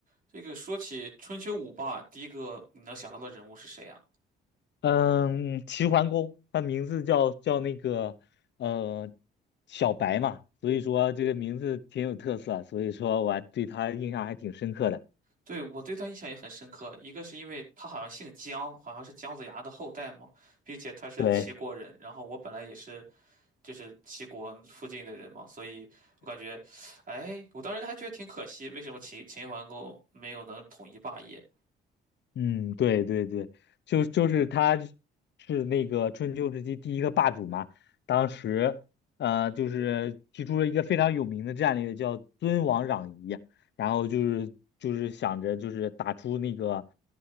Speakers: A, on the right (about 45°); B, on the left (about 60°).
A: 这个说起春秋五霸，第一个你能想到的人物是谁啊？
B: 嗯，齐桓公，他名字叫叫那个呃小白嘛，所以说这个名字挺有特色啊，所以说我还对他印象还挺深刻的。
A: 对，我对他印象也很深刻，一个是因为他好像姓姜，好像是姜子牙的后代嘛，并且他是齐国人，
B: 对。
A: 然后我本来也是就是齐国附近的人嘛，所以我感觉，哎，我当时还觉得挺可惜，为什么秦秦桓公没有能统一霸业？
B: 嗯，对对对，就就是他是那个春秋时期第一个霸主嘛，当时呃就是提出了一个非常有名的战略，叫尊王攘夷，然后就是就是想着就是打出那个